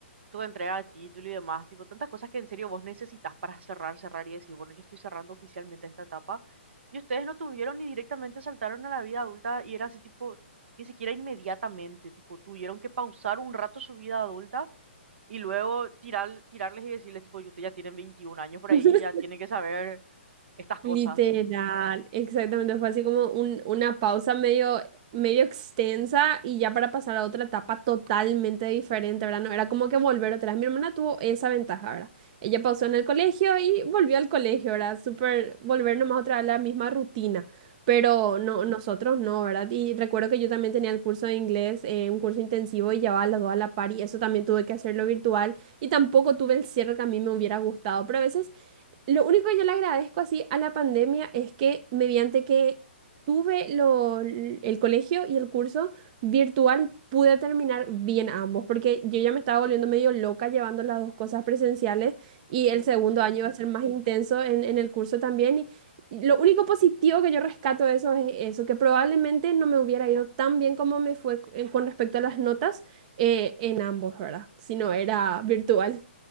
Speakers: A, on the right; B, on the right.
A: tu entrega de título y demás, tipo, tantas cosas que en serio vos necesitas para cerrar, cerrar y decir, bueno, yo estoy cerrando oficialmente esta etapa, y ustedes no tuvieron ni directamente saltaron a la vida adulta y era así, tipo, ni siquiera inmediatamente, tipo, tuvieron que pausar un rato su vida adulta y luego tirar, tirarles y decirles, tipo, y ustedes ya tienen 21 años por
B: <laughs>
A: ahí, ya tienen que saber estas cosas.
B: Literal, exactamente, fue así como un- una pausa medio, medio extensa y ya para pasar a otra etapa totalmente diferente, ¿verdad? No, era como que volver atrás. Mi hermana tuvo esa ventaja, ¿verdad? Ella pausó en el colegio y volvió al colegio, ¿verdad? Súper, volver nomás otra vez a la misma rutina, pero no, nosotros no, ¿verdad? Y recuerdo que yo también tenía el curso de inglés, eh, un curso intensivo y llevaba los dos a la par y eso también tuve que hacerlo virtual y tampoco tuve el cierre que a mí me hubiera gustado, pero a veces lo único que yo le agradezco así a la pandemia es que mediante que tuve lo- el colegio y el curso virtual pude terminar bien ambos, porque yo ya me estaba volviendo medio loca llevando las dos cosas presenciales y
A: Uy,
B: el segundo
A: sí.
B: año iba a ser más intenso en, en el curso también. Y, y lo único positivo que yo rescato de eso es eso, que probablemente no me hubiera ido tan bien como me fue eh, con respecto a las notas eh, en ambos, ¿verdad? Si no era virtual.